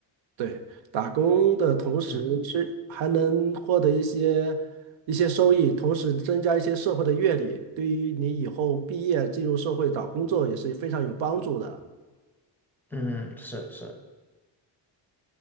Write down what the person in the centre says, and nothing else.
嗯
嗯，是是，